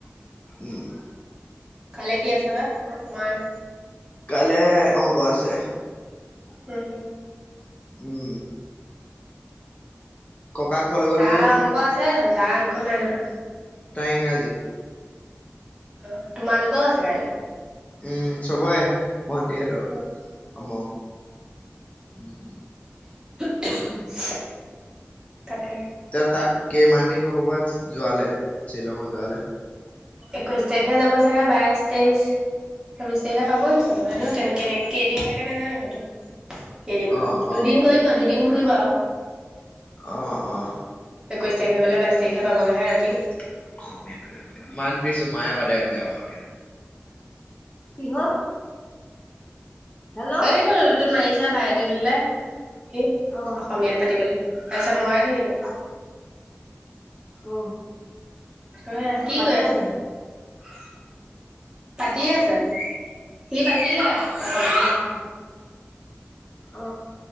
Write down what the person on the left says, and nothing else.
উম
কাইলে অংক আছে।
উম! ককাক কলৈ গ'ল
বুলি কৈছিলে
তাৰ ইংৰাজী।
উম চবৰে। ভন্টিহঁতৰো
আমাৰো উম।
ত তাত কেইমান দিন হ'ব বা যোৱালে শ্বিলঙত যোৱালে।
অ
অ
অ অ।
তাকে
<unintelligible> মাক দিছোঁ মায়ে পাতে বোলে অসমীয়াত। কি হ'ল।
হেল্ল'
অ
অ।
পাতিলা
নেকি
অ অ অ।